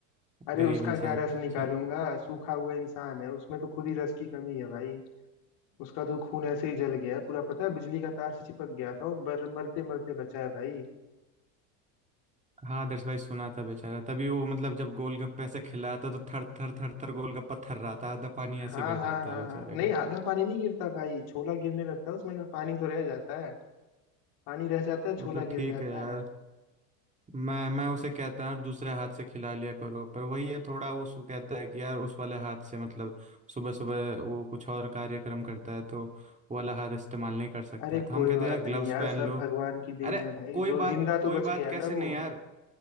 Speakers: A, on the left (about 60°); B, on the right (about 15°).
A: अरे
B: गरीब
A: उसका
B: इंसान
A: क्या रस निकालूंगा
B: सुन
A: सूखा हुआ इंसान है उसमें तो खुद ही रस की कमी है भाई उसका तो खून ऐसे ही जल गया पूरा पता है बिजली का तार से चिपक गया था और बर मरते मरते बचा है भाई
B: हाँ आदर्श भाई सुना था बेचारा तभी वो मतलब जब गोलगप्पे ऐसे खिलाता तो थर थर थर थर गोलगप्पा थर्राता आधा पानी ऐसे
A: हाँ
B: गिर
A: हाँ
B: जाता
A: हाँ
B: है बेचारे
A: हाँ
B: का
A: नहीं आधा पानी नहीं गिरता भाई छोला गिरने लगता है उसमें का पानी तो रह जाता है पानी रह जाता है छोला
B: वो तो ठीक
A: गिर जाता
B: है यार
A: है
B: मैं मैं उसे कहता हूँ दूसरे हाथ से खिला लिया करो पर वही है थोड़ा वो सु कहता है कि यार उस वाले हाथ से मतलब सुबह सुबह वो कुछ और कार्यक्रम करता है तो वो वाला हाथ इस्तेमाल नहीं कर सकता
A: अरे
B: है तो हम
A: कोई
B: कहते
A: बात
B: हैं यार ग्लव्स
A: नहीं यार
B: पहन
A: सब
B: लो
A: भगवान की
B: अरे
A: देन है भाई
B: कोई
A: जो
B: बात
A: जिंदा
B: कोई
A: तो बच
B: बात
A: गया
B: कैसे
A: ना
B: नहीं
A: वो
B: यार